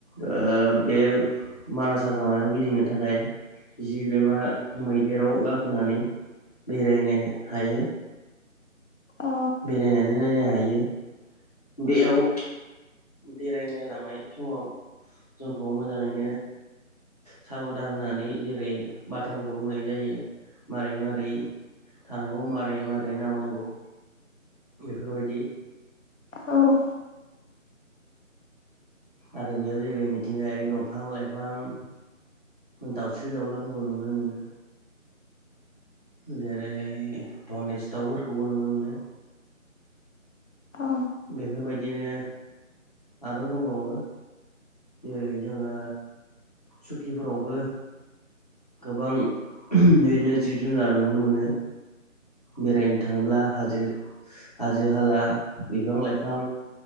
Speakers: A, on the left; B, on the left.
A: ओ बे मानास हाग्रामायाव गिदिंनो थाखाय। जिब एबा मैदेराव गाखोनानै बेरायनो हायो
B: औ
A: बेरायनानै नायनो हायो - बेयाव बेरायनो लांनाय समाव जोंखौ मोजाङैनो साबधान होनानै जेरै बाथ्राफोरखौ बुंनाय जायो मारै मारै थानांगौ मारै मारै नाहरनांगौ बेफोरबायदि
B: औ
A: आरो बेयाव जेरै मिथिंगायारि दंफां-लाइफां दाउस्रि दाउलाफोरबो नुनो मोनो। जेरैहाय धनेस दाावफोरखौबो नुनो मोनो।
B: औ
A: बेफोरबायदिनो आरो' दंबावो जेरै जोङो सुकिफोरावबो गोबां बिदिनो जिब जुनार नुनो मोनो। बेरायनो थाङोब्ला हाजो हाजो-हाला बिफां-लाइफां